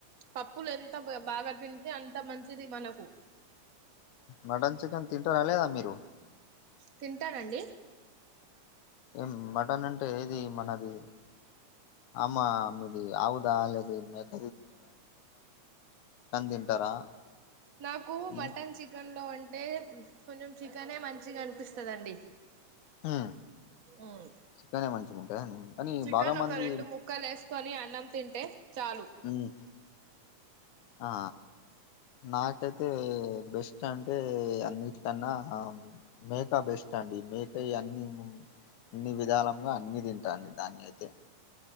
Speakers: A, on the right; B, on the left.
A: పప్పులు ఎంతా బా బాగా తింటే అంత మంచిది మనకు
B: మటన్ చికెన్ తింటరా లేదా మీరు
A: తింటారండి.
B: ఏం మటన్ అంటే ఏది మనది అమ మీది ఆవుదా లేకుంటే తింటారా
A: నాకు
B: ఉమ్
A: మటన్ చికెన్ లో అంటే కొంచెం చికెన్ ఏ మంచిగా అనిపిస్తుందండి
B: ఉమ్
A: ఉమ్
B: చికెనే మంచిగుంటదా కానీ
A: చికెన్
B: బాగా
A: ఒక
B: మంది
A: రెండు ముక్కలు వేసుకొని అన్నం తింటే చాలు
B: ఉమ్ ఆ నాకైతే ఉమ్ బెస్ట్ అంటే అతే అన్నిటికన్నా మేకా బెస్ట్ అండి మేక అన్ని అన్ని విధాలుగా అన్ని తింటాడి దాని అయితే